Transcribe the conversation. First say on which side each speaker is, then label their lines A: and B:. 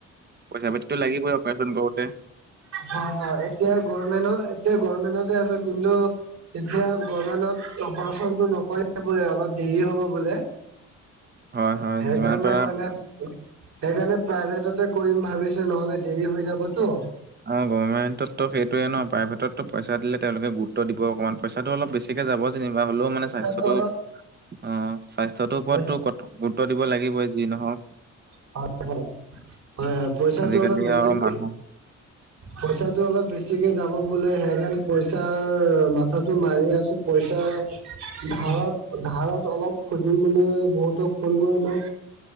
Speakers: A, on the right; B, on the right.
A: পইচা পাতিটো লাগিবই অপাৰচন কৰোতে?
B: হয়-হয়, এতিয়া গমেন্ট এতিয়া গভমেন্টতে আছে। কিন্তু এতিয়া গভমেন্টত অপাৰচনটো নকৰে বোলে, অলপ দেৰি হ'ব বোলে
A: হয় হয়
B: সেইকাৰণে
A: যিমান পাৰা
B: মানে সেইকাৰণে প্ৰাইভেটতে কৰিম ভাবিছোঁ নহলে দেৰি হৈ যাবতো।
A: অ', গভৰ্ণমেণ্টততো সেইয়ে ন, প্ৰাইভটতো পইচা দিলে তেওঁলে গুৰুত্ব দিব অকণমান। পইচাটো অলপ বেছি গতিকে যাব যেনিবা, হ'লেও মানে
B: পইচাটো
A: স্বাস্থ্যটো
B: অলপ
A: অ', স্বাস্থ্যটোৰ ওপৰততো
B: হয়
A: কট গুৰুত্ব দিব লাগিবই, যি নহওঁক।
B: হয়-হয়-হয়, পইচাটো
A: আজিকালি
B: অলপ বেছিকে
A: আৰু মানুহ
B: পইচাটো অলপ বেছিকে যাব বোলে হেকাৰনে পইচাৰ মাথাটো মাৰি আছোঁ পইচা ধাৰত-ধাৰত অলপ খুজিম বুলি মানে বহুতক ফোন কৰিলোঁ।